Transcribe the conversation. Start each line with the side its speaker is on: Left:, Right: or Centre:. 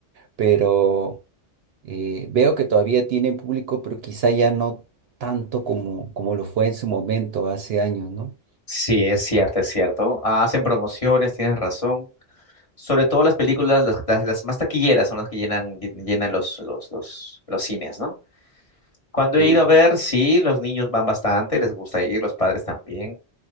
Right: Pero. Eh, veo que todavía tiene público, pero quizá ya no tanto como, como lo fue en su momento hace años, ¿no?
Left: Sí, es cierto, es cierto. Hacen promociones, tienes razón. Sobre todo las películas, las, las, las más taquilleras son las que llenan, llenan los, los, los, los cines, ¿no? Cuando he
Right: Sí,
Left: ido a ver, sí, los niños van bastante, les gusta ir, los padres también.